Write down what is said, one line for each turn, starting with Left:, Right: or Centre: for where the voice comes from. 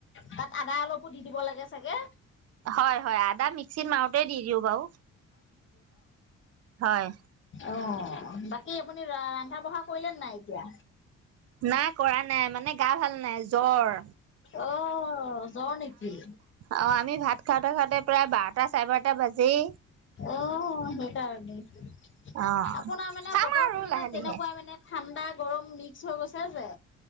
Left: তাত আদা অলপো দি দিব লাগে চাগে?
Right: হয় হয়, আদা মিক্সিত মাৰোতেই দি দিওঁ বাও, হয়।
Left: অঁ বাকী আপুনি ৰা ৰান্ধা বঢ়া কৰিলে নে নাই এতিয়া?
Right: নাই কৰা নাই, মানে গা ভাল নাই জ্বৰ।
Left: অ' জ্বৰ নেকি?
Right: অঁ আমি ভাত খাওঁতে খাওঁতে প্ৰায় বাৰটা চাৰে বাৰটা বাজেই।
Left: অঁ সেইকাৰণেই, আপোনাৰ
Right: অ
Left: মানে
Right: চাম
Left: বতৰটো
Right: আৰু
Left: মানে
Right: লাহে লাহে
Left: তেনেকুৱা মানে- ঠাণ্ডা গৰম মিক্স হৈ গৈছে যে।